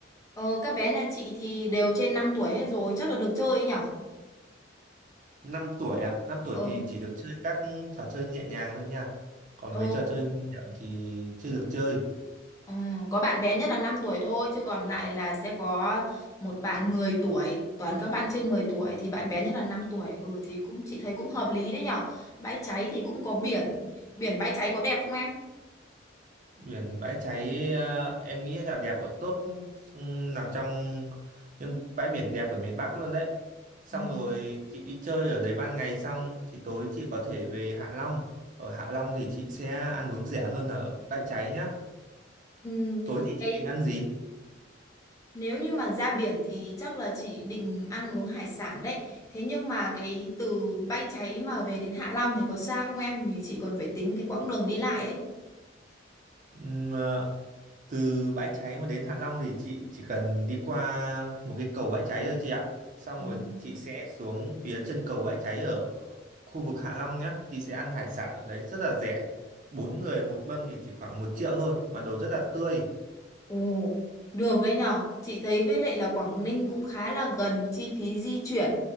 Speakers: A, on the left; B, on the right.
A: ờ, các bé nhà chị thì đều trên 5 tuổi hết rồi, chắc là được chơi ấy nhở?
B: năm tuổi à? năm tuổi
A: Ờ,
B: thì chỉ được chơi các trò chơi nhẹ nhàng thôi nha. Còn
A: ờ,
B: mấy trò chơi nguy hiểm thì chưa được chơi.
A: ờ, có bạn bé nhất là 5 tuổi thôi, chứ còn lại là sẽ có một bạn 10 tuổi, toàn các bạn trên 10 tuổi thì bạn bé nhất là 5 tuổi. Ừ thì cũng chị thấy cũng hợp lý đấy nhở. Bãi cháy thì cũng có biển, biển bãi cháy có đẹp không em?
B: Biển Bãi Cháy ờ, em nghĩ là đẹp ở top ừm, nằm trong những bãi biển đẹp ở miền Bắc luôn đấy. Xong
A: Ừ.
B: rồi chị đi chơi ở đấy ban ngày xong thì tối chị có thể về Hạ Long. Ở Hạ Long thì chị sẽ ăn uống rẻ hơn là ở Bãi Cháy nhá.
A: Ừ,
B: Tối thì chị
A: Cái
B: định ăn gì?
A: Nếu như mà ra biển thì chắc là chị định ăn uống hải sản đấy. Thế nhưng mà cái từ Bãi Cháy mà về đến Hạ Long thì có xa không em? Vì chị còn phải tính cái quãng đường đi lại
B: Ừm, à, từ Bãi Cháy mà đến Hạ Long thì chị chỉ cần đi qua một cái cầu Bãi Cháy thôi chị ạ. Xong
A: ấy.
B: rồi chị sẽ xuống phía chân cầu Bãi Cháy ở khu vực Hạ Long nhá. Chị sẽ ăn hải sản ở đấy rất là rẻ. Bốn người một mâm thì chỉ khoảng một triệu thôi mà đồ rất là tươi.
A: Ồ, được đấy nhở. Chị thấy với lại là Quảng Ninh cũng khá là gần chi phí di chuyển.